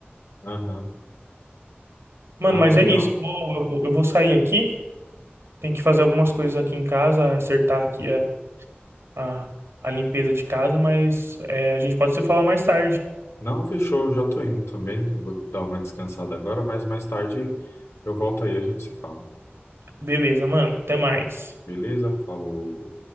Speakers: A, on the left; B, on the right.
A: Aham.
B: Mano,
A: Não,
B: mas
A: legal.
B: é isso. Eu vou, eu vou eu vou sair aqui. Tem que fazer algumas coisas aqui em casa, acertar aqui a, a, a limpeza de casa, mas é, a gente pode se falar mais tarde.
A: Não, fechou, eu já tô indo também, que eu vou dar uma descansada agora, mas mais tarde eu volto aí, a gente se fala.
B: Beleza, mano. Até mais.
A: Beleza? Falou.